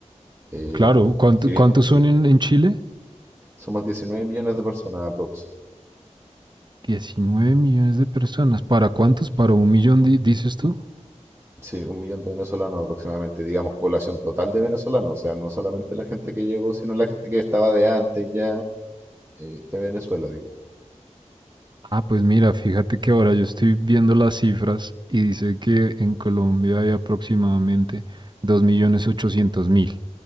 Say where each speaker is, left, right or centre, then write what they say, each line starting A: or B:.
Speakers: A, on the right; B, on the right.
A: Eh,
B: claro. ¿Cuánto,
A: si bien
B: cuántos
A: si
B: son en, en Chile?
A: somos 19 millones de personas aprox.
B: 19 millones de personas. ¿Para cuántos? ¿Para un millón di- dices tú?
A: Sí, un millón de venezolanos aproximadamente, digamos, población total de venezolanos, o sea, no solamente la gente que llegó, sino la gente que estaba de antes ya eh, de Venezuela, digo.
B: Ah, pues mira, fíjate que ahora yo estoy viendo las cifras y dice que en Colombia hay aproximadamente 2.800.000.